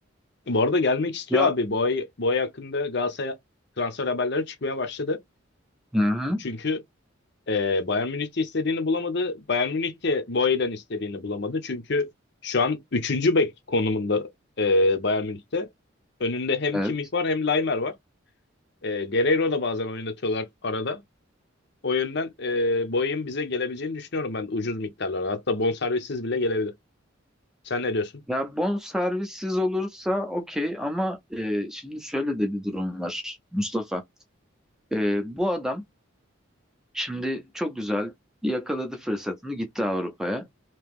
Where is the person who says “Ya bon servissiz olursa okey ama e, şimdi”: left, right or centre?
Centre